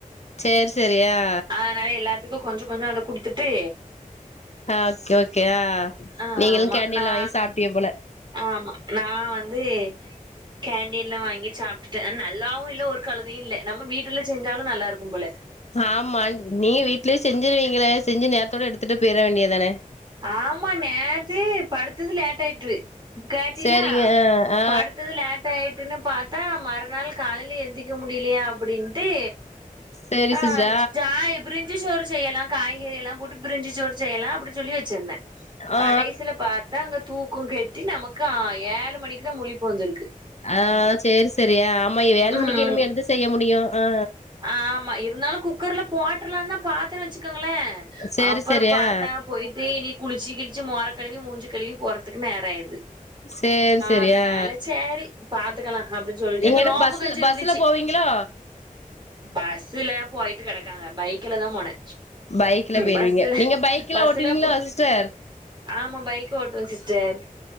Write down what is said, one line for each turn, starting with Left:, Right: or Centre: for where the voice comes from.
Left: சேரி சேரி அ
Right: அதனால எல்லாத்துக்கு கொஞ்ச கொஞ்ச அத குடுத்துட்டு
Left: அ ஓகே ஓகே அ
Right: ஆமா
Left: நீங்களு கேண்டின்ல
Right: நா
Left: வாங்கி சாப்ட்டீக போல
Right: ஆமா நா வந்து கேண்டீன்ல வாங்கி சாப்ட்டுட்டே நல்லாவு இல்ல ஒரு கழதையு இல்ல நம்ம வீட்டுல செஞ்சாலு நல்லா இருக்கும் போல
Left: ஆமா நீங்க வீட்லயே செஞ்சிருவீங்களே செஞ்சு நேரத்தோட எடுத்துட்டு போயிட வேண்டியதானே
Right: ஆமா நேத்தே படுத்தது லேட் ஆயிட்று கேட்டிலா
Left: சேரிங்க ஆ ஆ
Right: படுத்தது லேட் லேட் ஆயிட்டுன்னு பாத்தா மறுநாள் காலைல்லே எந்திக்க முடியலையா அப்டின்ட்டூ
Left: சேரி
Right: ஆ
Left: சிஸ்டர்
Right: ஜா எப்ரின் சுடு சோறு செய்யலா காய்கறி எல்லா போட்டு பிரிஞ்சி சோறு செய்யலா அப்டி சொல்லி வெச்சிருந்தே கடைசியில
Left: ஆ ஆ
Right: பாத் தா அங்க தூக்க கெட்டு நமக்கு ஆ ஏழு மணிக்கு தா முழிப்பு வந்திருக்கு
Left: ஆ சேரி சேரியா ஆம்மா ஏழ்மணிக்கு
Right: ம்
Left: எழும்பி என்த்த செய்ய முடியு ஆ
Right: ஆமா இருந்தாலு குக்கர்ல போட்ரலாந்தா பாத்துன்னு வச்சுக்கோங்களே
Left: சேரி
Right: அப்புற
Left: சேரி
Right: பாத்தா
Left: ஆ
Right: போயிட்டு இனி குளிச்சு கிளிச்சு மோர கழுவி மூஞ்சி கழுவி போறதுக்கு நேர ஆயிருது
Left: சேரி சேரி
Right: அதனால
Left: ஆ
Right: சேரி பாத்துக்கலா அப்டின்னு சொல்லிட்டு
Left: நீங்க
Right: இந்த
Left: என்ன
Right: நோம்பு
Left: பஸ்ல
Right: கஞ்சி இருந்துச்சு
Left: பஸ்ல போவீங்களோ
Right: பஸ்ஸுல போயிட்டு கெடக்காக பைக்ல தா போனே
Left: பைக்ல போயிருவீங்க
Right: பஸ்ல
Left: நீங்க பைக்லா
Right: பஸ்ல
Left: ஓட்டுவீங்களா
Right: போ
Left: சிஸ்டர்
Right: ஆமா பைக் ஓட்டுவே சிஸ்டர்